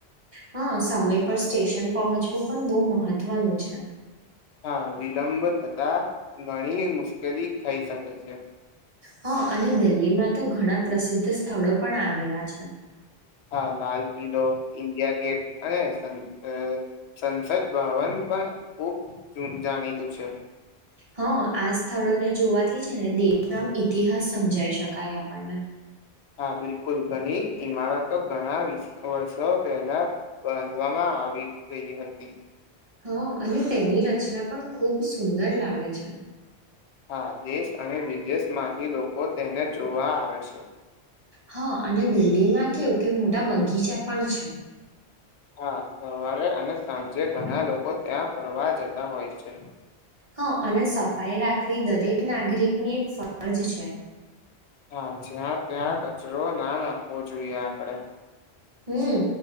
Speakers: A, on the right (about 35°); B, on the left (about 85°).
A: હા સમય પર સ્ટેશન પહોંચવું પણ બો મહત્વનું છે.
B: હા વિલંબ થતા ઘણી મુશ્કેલી થઈ શકે છે.
A: હા અને દિલ્હીમાં તો ઘણા પ્રસિદ્ધ સ્થળો પણ આવેલા છે.
B: હા લાલ કિલ્લો ઇન્ડિયા ગેટ અને સંસદ સંસદ ભવન પણ ખુબ જૂ જાણીતું છે.
A: હા આ સ્થળોને જોવાથી છે ને દેશનો ઇતિહાસ સમજાઈ શકાય આપણને.
B: હા બિલકુલ ઘણી ઈમારતો ઘણા વી વર્ષો પહેલા બાંધવામાં આવી ગઈ હતી.
A: હ અને તેની રચના પણ ખૂબ સુંદર લાગે છે.
B: હા દેશ અને વિદેશ માંથી લોકો તેને જોવા આવે છે.
A: હા અને દિલ્હીમાં કેવું કે મોટા બગીચા પણ છે.
B: હા સવારે અને સાંજે ઘણા લોકો ત્યાં ફરવા જતા હોય છે.
A: હા અને સફાઈ રાખવી દરેક નાગરિકની એક ફરજ છે.
B: હા જ્યાં ત્યાં કચરો ના નાખવો જોઈએ આપડે.
A: હમ્મ